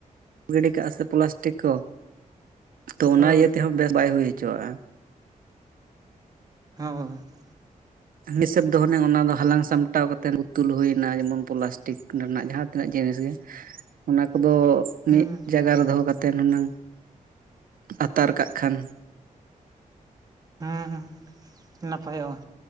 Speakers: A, on the right (about 80°); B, on the right (about 25°).
A: ᱜᱤᱰᱤ ᱠᱟᱜᱼᱟ ᱥᱮ ᱯᱞᱟᱥᱴᱤᱠ ᱠᱚ ᱛᱚ ᱚᱱᱟ
B: ᱦᱳᱭ
A: ᱤᱭᱟᱹ ᱛᱮᱦᱚᱸ ᱵᱮᱥ ᱵᱟᱭ ᱦᱩᱭ ᱦᱚᱪᱚᱣᱟᱜᱼᱟ
B: ᱦᱳᱭ <unintelligible>
A: ᱢᱤᱫᱦᱤᱥᱟᱵ ᱫᱚ ᱦᱟᱱᱮ ᱚᱱᱟ ᱫᱚ ᱦᱟᱞᱟᱝ ᱥᱟᱢᱴᱟᱣ ᱠᱟᱛᱮ ᱯᱩᱛᱩᱞ ᱦᱩᱭᱱᱟ ᱡᱮᱢᱚᱱ ᱯᱚᱞᱟᱥ ᱴᱤᱠ ᱨᱮᱱᱟᱜ ᱡᱟᱦᱟᱸ ᱛᱤᱱᱟᱹᱜ ᱡᱤᱱᱤᱥ ᱜᱮ ᱚᱱᱟ ᱠᱚᱫᱚ ᱢᱤᱫ
B: ᱦᱩᱸ
A: ᱡᱟᱭᱜᱟ ᱨᱮ ᱫᱚᱦᱚ ᱠᱟᱛᱮᱮᱫ ᱦᱩᱱᱟᱹᱝ ᱟᱛᱟᱨ ᱠᱟᱜ ᱠᱷᱟᱱ
B: ᱦᱮᱸ ᱱᱟᱯᱟᱭᱚᱜᱼᱟ